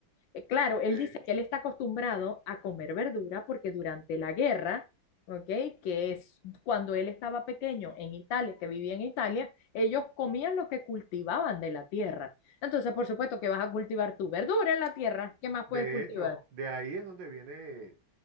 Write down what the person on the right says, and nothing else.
ok.
De
hecho, de ahí es donde viene,